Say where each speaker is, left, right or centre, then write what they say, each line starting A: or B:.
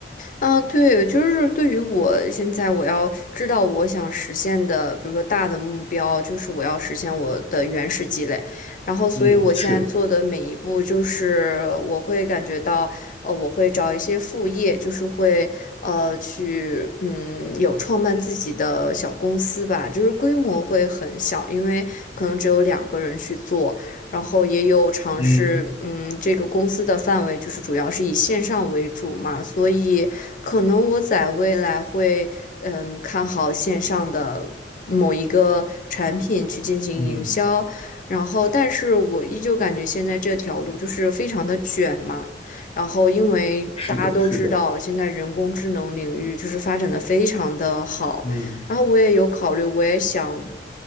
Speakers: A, on the left; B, on the left.
A: 嗯，对，就是对于我现在我要知道我想实现的，比如说大的目标，就是我要实现我的原始积累。然后，所以我现在做的每一步，
B: 嗯，是，
A: 就是我会感觉到，呃，我会找一些副业，就是会呃去嗯有创办自己的小公司吧，就是规模会很小，因为可能只有两个人去做。然后也有尝试，
B: 嗯
A: 嗯，这个公司的范围就是主要是以线上为主嘛，所以可能我在未来会，嗯，看好线上的某一个产品去进行营销，
B: 嗯，
A: 然后但是我依旧感觉现在这条路就是非常的卷嘛，然后因为大家都知道现在人工智能领域就是发展的非常的好，
B: 是的，是的，嗯
A: 然后我也有考虑，我也想。